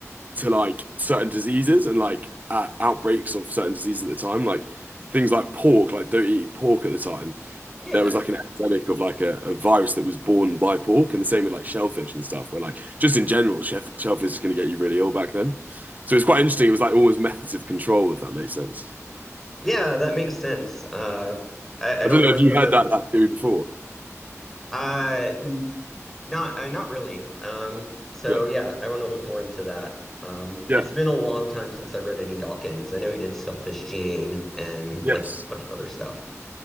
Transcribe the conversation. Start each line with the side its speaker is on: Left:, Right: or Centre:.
Right: to like certain diseases and like uh, outbreaks of certain diseases at the time, like things like pork, like don't eat pork at the time.
Centre: Yeah.
Right: There was like an epidemic of like a, a virus that was born by pork, and the same with like shellfish and stuff, where like just in general, shell, shellfish is going to get you really ill back then. So it's quite interesting. It was like almost methods of control, if that makes sense.
Centre: Yeah, that makes sense. Uh, I, I don't
Right: I don't
Centre: know
Right: know
Centre: much
Right: if you
Centre: about
Right: had
Centre: the
Right: that that
Centre: yeah.
Right: theory before.
Centre: Uh, n not uh, not really. Um, so
Right: Yeah.
Centre: yeah, I want to look more into that. Um,
Right: Yeah.
Centre: it's been a long time since I read any Dawkins. I know he did Selfish Gene and
Right: Yes.
Centre: like a bunch of other stuff.